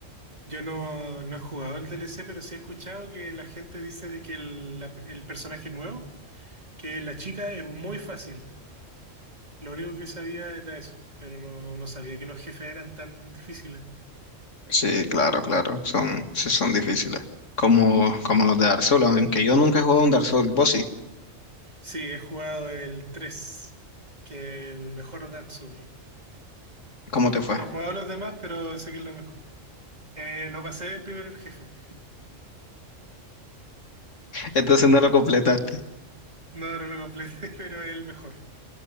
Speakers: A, on the right; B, on the left.
A: Yo no, no he jugado el DLC, pero sí he escuchado que la gente dice de que el, la- el personaje nuevo, que la chica es muy fácil. Lo único que sabía era eso, pero no, no sabía que los jefes eran tan difíciles.
B: Sí, claro, claro, son, sí son difíciles, como, como los de Dark Souls, aunque yo nunca he jugado un Dark Souls, ¿vos sí?
A: Sí, he jugado el 3 que es el mejor Dark Souls.
B: ¿Cómo te fue?
A: No he jugado los demás, pero sé que es lo mejor. Eh, no pasé el primer jefe.
B: Entonces no lo completaste.
A: No, no lo completé, <laughs> pero es el mejor.